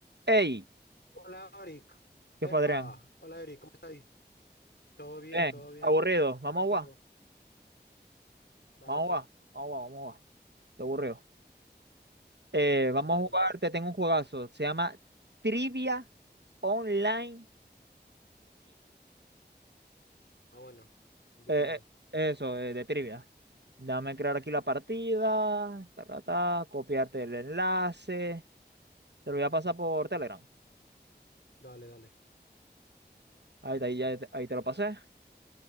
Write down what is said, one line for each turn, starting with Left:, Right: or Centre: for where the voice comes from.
Right: Ey,
Left: Hola, Eric.
Right: ¿qué
Left: Epa,
Right: fue Adrián?
Left: hola, Eric, ¿cómo estáis? Todo bien,
Right: Bien,
Left: todo bien.
Right: aburrido.
Left: ¿Cómo
Right: Vamos
Left: has
Right: a
Left: estado?
Right: jugar,
Left: Dale,
Right: vamos
Left: pues,
Right: a jugar, vamos a jugar, vamos a jugar. Estoy aburrido. Eh,
Left: dale,
Right: vamos
Left: dale.
Right: a jugar, te tengo un juegazo. Se llama triviaonline.es.
Left: Ah, bueno, invítame.
Right: Eh, eh, eso, eh, de trivia. Dame crear aquí la partida, ta, ta, ta, copiarte el enlace. Te lo voy a pasar por Telegram.
Left: Dale, dale.
Right: Ahí, te- ahí, ya te- ahí te lo pasé.